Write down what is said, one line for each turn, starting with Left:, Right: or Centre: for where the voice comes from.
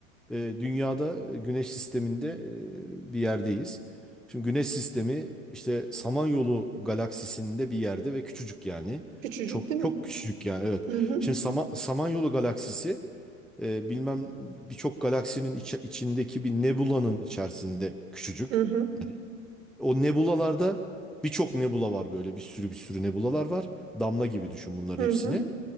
Centre: e, dünyada e, güneş sisteminde e, bir yerdeyiz. Şimdi güneş sistemi işte Samanyolu galaksisinde bir yerde ve küçücük yani.
Right: Küçücük
Centre: Çok
Right: değil mi?
Centre: çok küçücük yani evet.
Right: Hı hı
Centre: Şimdi Sama- Samanyolu galaksisi e, bilmem birçok galaksinin içi- içindeki bir nebulanın içerisinde küçücük.
Right: hı hı
Centre: Hani o nebulalarda birçok nebula var böyle bir sürü bir sürü nebulalar var. Damla gibi düşün bunların
Right: hı
Centre: hepsini.
Right: hı.